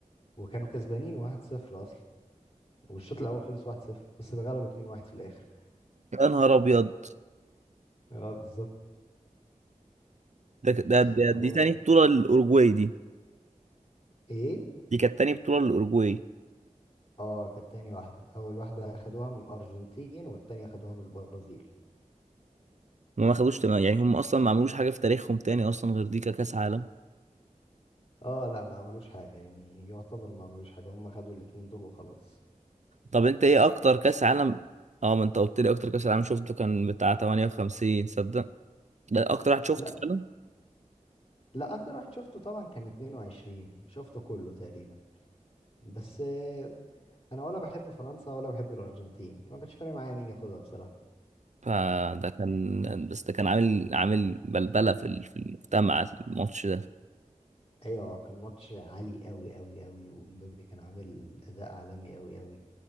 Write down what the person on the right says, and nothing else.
يا نهار ابيض
ده ده
ده-
دي تاني بطوله للاوروجواي دي
دي كانت تاني بطوله للاوروجواي
هم ما خدوش تمام يعني هم اصلا ما عملوش حاجه في تاريخهم تاني اصلا غير دي ككاس عالم
طب انت ايه اكتر كاس عالم اه ما انت قلت لي اكتر كاس عالم شفته كان بتاع 58 صدق ده اكتر واحد شفته
فعلا
فده كان بس ده كان عامل عامل بلبله في ال- في المجتمع الماتش ده